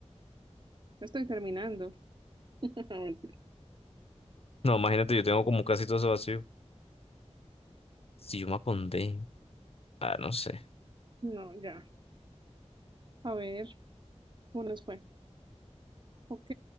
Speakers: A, on the right; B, on the left.
A: No estoy terminando. <laughs> No, mentira.
B: No, imagínate, yo tengo como casi todo eso vacío. Si yo me acondé. Ah, no sé.
A: No, ya. A ver, ¿cómo nos fue? Ok,